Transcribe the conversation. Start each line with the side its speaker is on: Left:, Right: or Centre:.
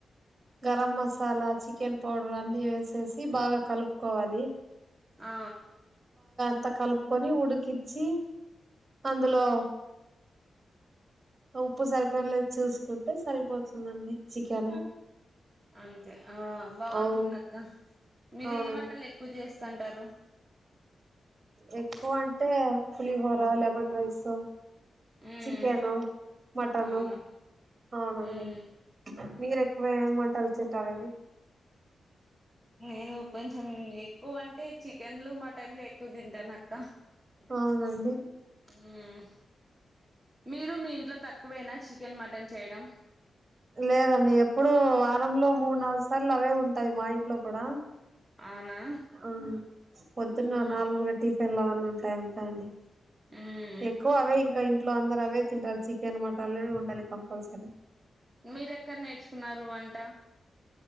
Right: గరం మసాలా చికెన్ పౌడర్ అన్ని ఏసేసి బాగా కలుపుకోవాలి
Centre: ఆ
Right: అంత కలుపుకొని ఉడికిచ్చి అందులో ఉప్పు సరిపోయిందా లేదో చూసుకుంటే సరిపోతుందండి చికెన్
Centre: అంతే ఆ బాగుంటుంది
Right: అవును
Centre: అక్క మీరు
Right: అవునండి
Centre: ఏ వంటలు ఎక్కువ చేస్తంటారు
Right: ఎక్కువ అంటే పులిహోర లెమన్ రైసు
Centre: ఉమ్
Right: చికెను మటను
Centre: అవును
Right: అవునండి
Centre: ఉమ్
Right: మీరు ఎక్కువ ఏం వంటలు తింటారండి
Centre: నేను కొంచెం ఎక్కువ అంటే చికెన్లు మటన్లు ఎక్కువ తింటా నాకు
Right: అవునండి
Centre: ఉమ్ మీరు మీ ఇంట్లో తక్కువేనా చికెన్ మటన్ చేయడం
Right: లేదండి ఎప్పుడూ వారంలో మూడు నాలుగు సార్లు అవే ఉంటాయ్ మా ఇంట్లో కూడా
Centre: అవునా
Right: హుమ్ పొద్దున్న
Centre: ఉమ్
Right: నార్మల్గా టీఫిన్ లా అవ్వని ఎంత అండి
Centre: ఉమ్
Right: ఎక్కువ అవే ఇంకా ఇంకా ఇంట్లో అందరు అవే తింటాం చికెన్ మటన్ లే ఉండాలి కంపల్సరీ
Centre: మీరు ఎక్కడ నేర్చుకున్నారు వంట